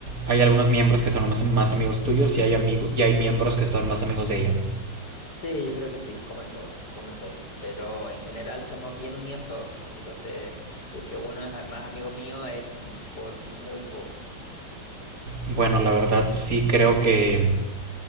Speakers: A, on the right; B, on the left.
A: hay algunos miembros que son más, más amigos tuyos y hay, amigo, y hay miembros que son más amigos de ella?
B: sí, yo creo que sí, como en todo, como en todo. Pero en general somos bien unidos todos. Entonces, si es que uno es más amigo mío, es por muy poco.
A: Bueno, la verdad sí creo que